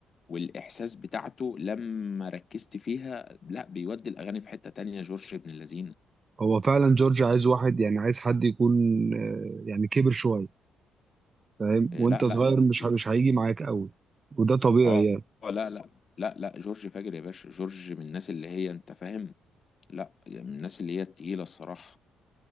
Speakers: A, on the left (about 45°); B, on the right (about 35°).
A: والاحساس بتاعته لما ركزت فيها لا بيودي الاغاني في حته تانية جورج ابن اللذين
B: هو فعلا جورج عايز واحد يعني عايز حد يكون آه، يعني كبر شوية فاهم
A: اه،
B: وانت
A: لا
B: صغير
A: لا ج...
B: مش ه-
A: ج-
B: مش هيجي معاك قوي وده طبيعي
A: اه
B: يعني
A: لا لا لا لا جورج فاجر يا باشا جورج من الناس اللي هي انت فاهم لا يعني من الناس اللي هي التقيلة الصراحة